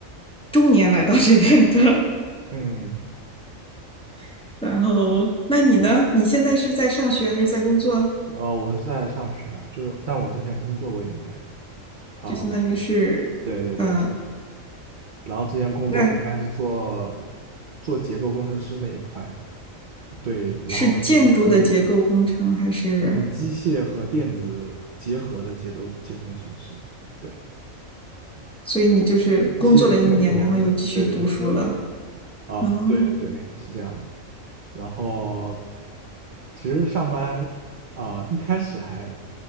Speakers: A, in the centre; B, on the right (about 50°).
A: 中年来到这边的。
B: 嗯，
A: <laughs> 然后，那你呢？你现在是在上学还是在工作？
B: 哦，我是在上学啊，就是，但我之前工作过一年啊，
A: 就相当于是，
B: 对对对，
A: 嗯、
B: 然后之前工作大概是做
A: 那
B: 做结构工程师那一块的，对，然后连接，
A: 是建筑的结构工程还是？
B: 嗯，机械和电子结合的结构结构工程师，对，
A: 所以你就是工作了一年，
B: 机械建模，
A: 然后又继续读书了。
B: 对对对，啊，
A: 哦，
B: 对对对，是这样的。然后其实上班啊、一开始还